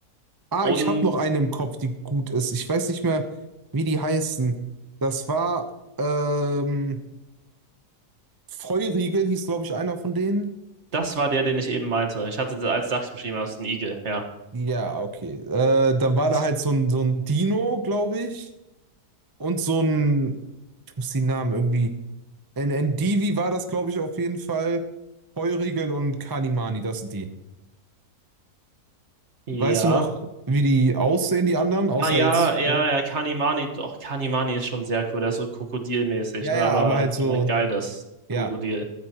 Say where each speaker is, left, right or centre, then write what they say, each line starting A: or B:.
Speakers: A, on the right (about 20°); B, on the right (about 45°).
A: Ah,
B: Und
A: ich habe noch eine im Kopf, die gut ist. Ich weiß nicht mehr, wie die heißen. Das war, ähm, Feurigel hieß, glaube ich, einer von denen.
B: das war der, den ich eben meinte. Ich hatte das als Dachs beschrieben, aber das ist ein Igel, ja.
A: Ja, okay. Äh, dann war
B: <laughs>
A: da halt so ein, so ein Dino, glaube ich. Und so ein, ich muss die Namen irgendwie. Ein ein war das, glaube ich, auf jeden Fall. Feurigel und Kanimani, das sind die.
B: Ja.
A: Weißt du noch, wie die aussehen, die anderen? Außer
B: Ah ja,
A: jetzt.
B: ja, ja, Kanimani, doch, Kanimani ist schon sehr cool, der ist so krokodilmäßig,
A: Ja,
B: ne,
A: ja,
B: aber
A: aber halt
B: halt
A: so.
B: aber ein geiles
A: Ja.
B: Krokodil.